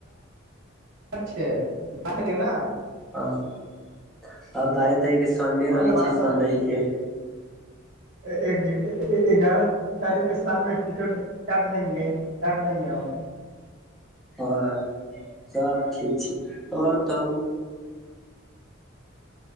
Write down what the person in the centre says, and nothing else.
अहं बारह तारिखके संन्डे रहै
छै संडे हीके
हँ सब ठीक छै <unintelligible> हफ्ता